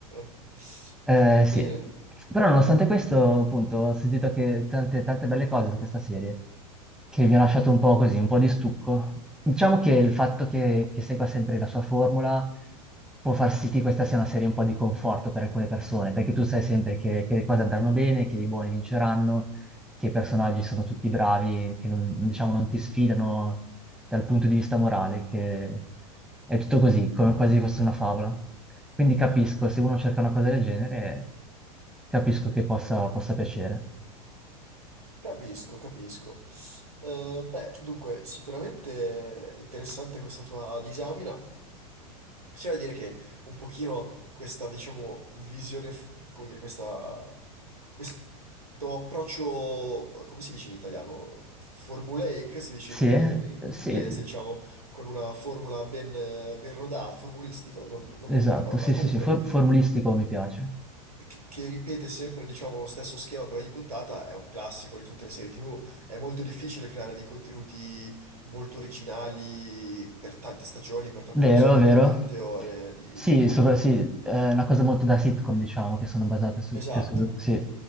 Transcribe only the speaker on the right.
<laughs>
Bene,
capisco, capisco. Eh, beh, dunque, sicuramente eh, interessante questa tua disamina. C'è da dire che un pochino questa, diciamo, visione, f- come dire, questa, questo approccio, eh, come si dice in italiano? Formulaic, si dice
in,
in
inglese, diciamo, con una formula ben, eh, ben rodata, formulistico, non, non
mi viene la parola.
Comunque,
che, che ripete sempre, diciamo, lo stesso schema per ogni puntata, è un classico di tutte le serie TV. È molto difficile creare dei contenuti molto originali per tante stagioni, per tanti
episodi,
per tante ore di...
Esatto,